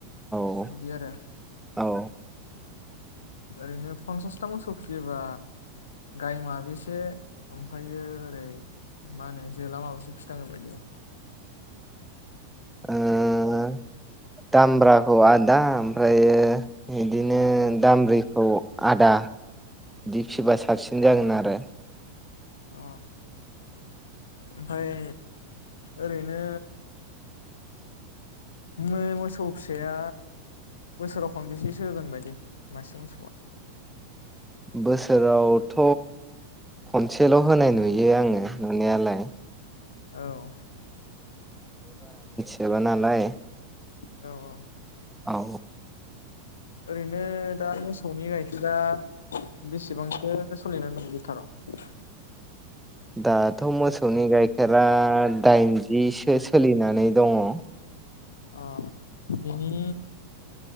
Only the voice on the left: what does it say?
बिदि आरो
ओरैनो फन्सासथा मोसौ फिसियोबा गाइ माबेसे ओमफायो ओरै मा होनो जोला माबसे फिसिनांगोन बदि
अ ओमफ्राय ओरैनो म मोसौ फिसाया बोसोराव खनबेसेसो होगोन बायदि मासे मोसौआ
औ
औ औ
ओरैनो दा मोसौनि गाइखेरा बेसेबांसो सोलिनानै दङ लिटाराव
अ बेैनि